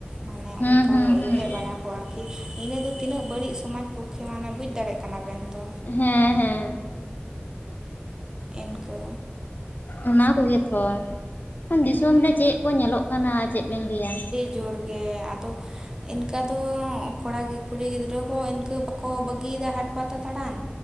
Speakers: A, on the right (about 15°); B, on the left (about 45°).
A: ᱢᱟᱱᱮ
B: ᱦᱩᱸ
A: ᱚᱱᱠᱟ
B: ᱦᱩᱸ ᱦᱩᱸ
A: ᱡᱚᱴᱮᱫ ᱵᱟᱲᱟ, ᱠᱚ ᱟᱨᱠᱤ ᱤᱱᱟᱹ ᱫᱚ ᱛᱤᱱᱟᱹᱜ ᱵᱟᱹᱲᱤᱡ ᱥᱚᱢᱟᱡᱽ ᱯᱚᱠᱠᱷᱮ ᱢᱟᱱᱮ ᱵᱩᱡᱽ ᱫᱟᱲᱮᱭᱟᱜ ᱠᱟᱱᱟ ᱵᱮᱱ ᱛᱚ᱾
B: ᱦᱮᱸ ᱦᱮᱸ᱾
A: ᱤᱱᱠᱟᱹ᱾
B: ᱚᱱᱟᱠᱚᱜᱮ ᱛᱷᱚ ᱫᱤᱥᱚᱢ ᱨᱮ ᱪᱮᱫ ᱠᱚ ᱧᱮᱞᱚᱜ ᱠᱟᱱᱟ ᱟᱨ ᱪᱮᱫ ᱵᱮᱱ ᱞᱟᱹᱭᱟ᱾
A: ᱡᱳᱨᱜᱮ ᱟᱫᱚ, ᱤᱱᱠᱟᱹ ᱫᱚ ᱠᱚᱲᱟ ᱜᱮ ᱠᱩᱲᱤ ᱜᱤᱫᱽᱨᱟᱹ ᱦᱚᱸ ᱤᱱᱠᱟᱹ ᱵᱟᱠᱚ ᱵᱟᱹᱜᱤ ᱫᱟ ᱦᱟᱴ ᱯᱟᱛᱟ ᱫᱟᱬᱟᱱ᱾